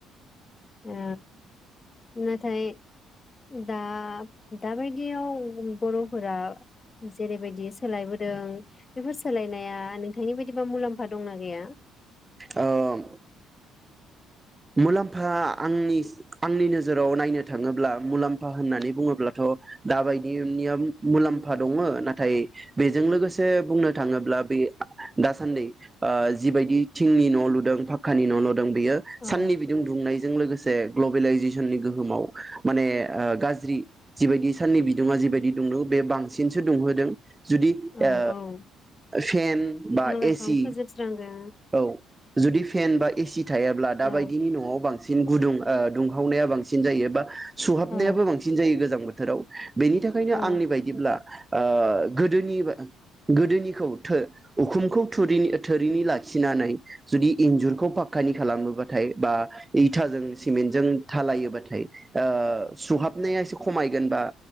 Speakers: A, on the left (about 30°); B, on the right (about 15°).
A: ओ नाथाय दा दाबायदियाव बर फोरा जेरैबायदि सोलायबोदों बेफोर सोलायनाया नोंथांनि बायदिबा मुलाम्फा दंना गैया?
B: ओं मुलाम्फा आंनि आंनि नोजोराव नायनो थाङोब्ला मुलाम्फा होननानै बुङोब्लाथ दाबायदिनिया मुलाम्फा दङ नाथाय बेजों लोगोसे बुंनो थाङोब्ला बे दासान्दि ओ जिबायदि थिंनि न लुदों फाख्कानि न लुदों बेयो
A: औ
B: साननि बिदुं दुंनायजों लोगोसे ग्लबेलाइजेसननि गोहोमाव माने ओ गाज्रि जिबायदि साननि बिदुङा जिबायदि दुंदों बे बांसिनसो दुंहोदों। जुदि
A: औ
B: ओ फेन
A: बिफां
B: बा
A: लाइफां
B: एसि
A: फोजोबस्रांदों
B: औ जुदि फेन बा एसि थायाब्ला दा
A: औ
B: बायदिनि न आव बांसिन गुदुं ओ दुंहावनाया बांसिन जायो बा सुहाबनायाबो
A: औ
B: बांसिन जायो गोजां बोथ थोराव बेनि थाखायनो
A: औ
B: आंनि बायदिब्ला ओ गोदोनि गोदोनिखौ थो उखुमखौ थुरिनि-थोरिनि लाखिनानै जुदि इन्जुरखौ पाखकानि खालामोबा थाय बा इथाजों सिमेन्टजों डालायोबाथाय ओ सुहाबनाया एसे खमायगोनबा